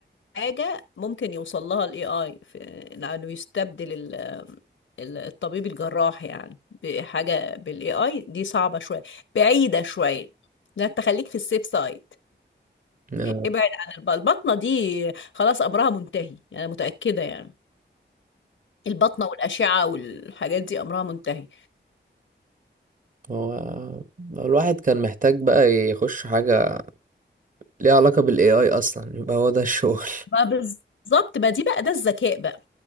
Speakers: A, on the left; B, on the right.
A: حاجة ممكن يوصل لها ال AI في إنه يستبدل ال- ال- الطبيب الجراح يعني بحاجة بال AI دي صعبة شوية بعيدة شوية لا أنت خليك في السيف سايد
B: آه،
A: ابعد عن الب- البطنة دي خلاص أمرها منتهي أنا متأكدة يعني البطنة والأشعة والحاجات دي أمرها منتهي
B: هو الواحد كان محتاج بقى يخش حاجة ليه علاقة بالاي اي اصلا يبقى هو ده الشغل
A: ما بالظبط ما دي بقى ده الذكاء بقى